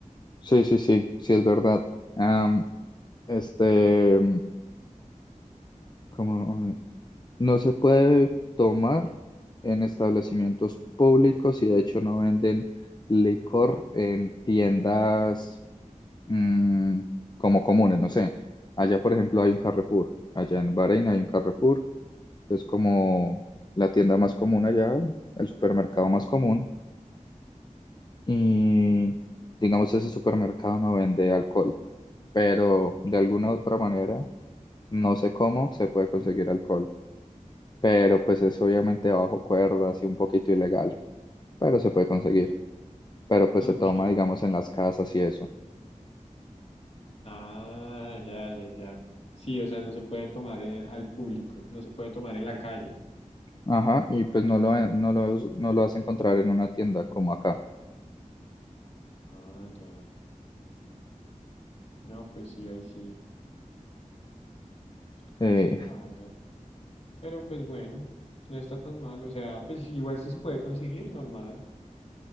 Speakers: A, on the left; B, on the left.
A: sí, sí, sí, sí es verdad. Am, este, como, No se puede tomar en establecimientos públicos y de hecho no venden licor en tiendas mm, como comunes, no sé. Allá, por ejemplo, hay un Carrefour. Allá en Bahrein hay un Carrefour. Es como la tienda más común allá, el supermercado más común. Y digamos, ese supermercado no vende alcohol, pero de alguna otra manera, no sé cómo, se puede conseguir alcohol. pero pues es obviamente bajo cuerdas y un poquito ilegal, pero se puede conseguir. Pero pues
B: Ok.
A: se toma, digamos, en las casas y eso.
B: Ah, ya, ya, ya. Sí, o sea, no se puede tomar eh, al público, no se puede tomar en la calle.
A: Ajá, y pues no lo, eh, no lo, no lo vas a encontrar en una tienda como acá.
B: Ah, ya. No, pues sí, ahí sí, ahí
A: Eh,
B: sí baila. Pero pues bueno, no está tan mal, o sea, pues igual sí se puede conseguir, normal.